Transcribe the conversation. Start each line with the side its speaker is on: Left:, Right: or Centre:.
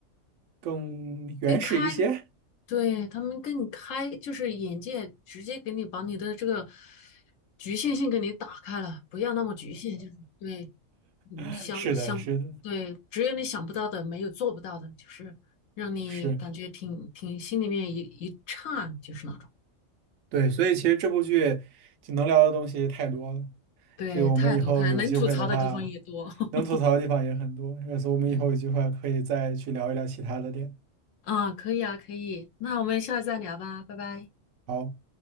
Right: 更原始一些。
Left: 跟开对，他们更开，就是眼界直接给你把你的这个局限性给你打开了，不要那么局限，就是对，嗯，
Right: <laughs>
Left: 想想，
Right: 是的，是的，
Left: 对，只有你想不到的，没有做不到的，就是让你感觉挺挺心里面一一颤，
Right: 是。
Left: 就是那种。
Right: 对，所以其实这部剧就能聊的东西太多了，
Left: 对，
Right: 这个我们以后有机会的话，
Left: 太多太能吐槽的地方也多。<laughs>
Right: 能吐槽的地方也很多，所以我们以后有机会可以再去聊一聊其他的点。
Left: 对，啊，可以啊，可以，那我们下次再聊吧，拜拜。
Right: 好。